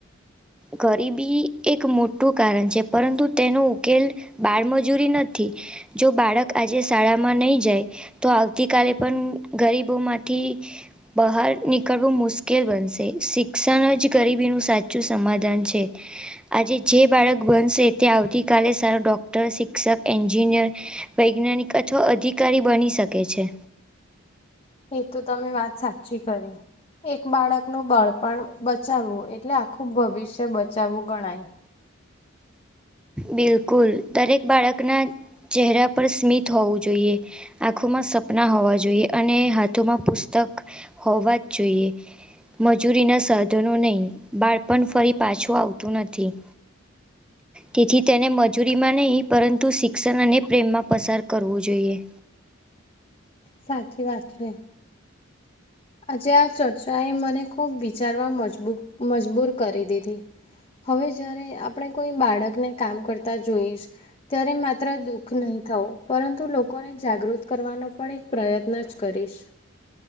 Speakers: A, in the centre; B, on the left.
A: ગરીબી એક મોટું કારણ છે પરંતુ તેનો ઉકેલ બાળમજૂરી નથી જે બાળક આજે શાળામાં નહી જાય તો આવતીકાલે પણ ગરીબો માંથી બહાર નીકળવું મુશ્કેલ બનશે શિક્ષણ જ ગરીબીનું સાચું સમાધાન છે. આજે જે બાળક બનશે તે આવતીકાલે સારા ડોક્ટર, શિક્ષક, એન્જિનિયર વૈજ્ઞાનિક અથવા અધિકારી બની શકે છે.
B: એ તો તમે વાત સાચી કરી. એક બાળકનું બાળપણ બચાવવું એટલે આખું ભવિષ્ય બચાવવું ગણાય
A: બિલકુલ દરેક બાળકના ચહેરા પર સ્મિત હોવું જોઈએ. આંખોમાં સપના હોવા જોઈએ અને હાથોમાં પુસ્તક હોવા જ જોઈએ. મંજૂરીના સાધનો નહીં બાળપણ ફરી પાછું આવતું નથી. તેથી તેને મજૂરીમાં નહીં પરંતુ શિક્ષણ અને પ્રેમમાં પસાર કરવું જોઈએ.
B: સાચી વાત છે. આજે આ ચર્ચા એ મને ખૂબ વિચારવા મજબૂ મજબૂર કરી દીધી. હવે જ્યારે આપણે કોઈ બાળકને કામ કરતા જોઈશ ત્યારે માત્ર દુઃખ નહીં થવું. પરંતુ લોકોને જાગૃત કરવાનો પણ એક પ્રયત્ન જ કરીશ.